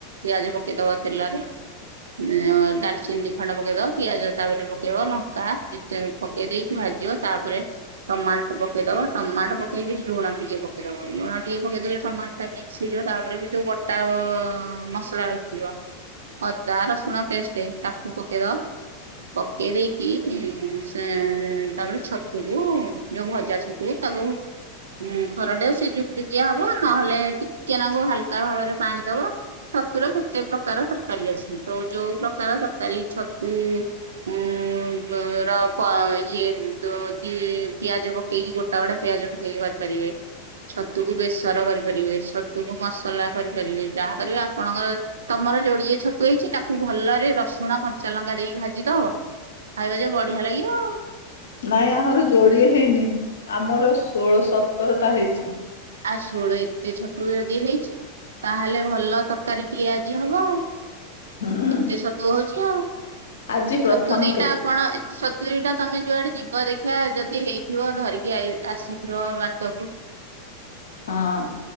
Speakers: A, on the right; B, on the left.
A: ପିଆଜ ପକେଇଦବ ତେଲରେ। ଅ ଡାଲଚିନି ଦି ଖଣ୍ଡ ପକେଇଦବ। ପିଆଜ ତାପରେ ପକେଇବ। ଲଙ୍କା। ପକେଇ ଦେଇକି ଭାଜିବ। ତାପରେ ଟମା ପକେଇଦବ ଟମାଟ ପକେଇକି ଲୁଣ ଟିକେ ପକେଇଦବ। ଲୁଣ ଟିକେ ପକେଇଦେଲେ ଟମାଟଟା ମି ସିଳ ତାପରେ ବି ଯୋଉ ବଟା ମସଲା ରହିଥିବ। ଅଦା, ରସୁଣ ପେଷ୍ଟ ତାକୁ ପକେଇଦବ। ପକେଇ ଦେଇକି ସେ ତାପରେ ଛତୁକୁ ଯୋଉ ଭଜାଛତୁ ତାକୁ ହୁଁ ଖରଡିବ ସେ ଯୁକୁ ଜୁକିଆ ହବ ନହେଲେ ଟିକେନାକୁ ହାଲକା ଭାବରେ ପାଣି ଦବ। ଛତୁୁର କେତେ ପ୍ରକାର ତରକାରୀ ଅଛି ତ ଯୋଉ ପ୍ରକାର ତରକାରୀ ଛତୁ ଉ ର ପ ଇଏ ଦୋ ଦିଏ ପିଆଜ ପକେଇ କି ଗୋଟା ଗୋଟା ପିଆଜ ପକେଇକି କରି ପାରିବେ। ଛତୁକୁ ବେସର କରିପାରିବେ। ଛତୁକୁ ମସଲା କରିପାରିବେ। ଯାହା କରିବେ ଆପଣଙ୍କର ତମର ଯୋଡିଏ ଛତୁ ହେଇଛି ତାକୁ ଭଲରେ ରସୁଣ, କଞ୍ଚା ଲଙ୍କା ଦେଇକି ଭାଜିଦବ। ଖାଇବ ଯେ ବଢିଆ ଲାଗିବ ଆଉ।
B: ନାଇଁ ଆମର ଯୋଡ଼ିଏ ହେଇନି ଆମର ଷୋଳ ସତରଟା ହେଇଛି।
A: ଆ ଷୋହଳ ଏତେ ଛୋତରୁ ଯଦି ହେଇଛି। ତାହେଲେ ଭଲ ତରକାରୀ ଟିଏ ଆଜି ହବ ଆଉ।
B: ହୁଁ
A: ଏତେ ଛତୁ ହଉଛି ଆଉ
B: ଆଜି ପ୍ରଥମ
A: ଛତୁ ଦିଟା
B: କେ
A: କଣ ଏତେ ସତୁରି ଟା ତମେ ଯୁଆଡେ ଯିବ ଦେଖିଆ ଯଦି ହେଇଥିବ ଧରିକି ଆଇ ଆସିଥିବ ବାଟକୁ।
B: ହଁ।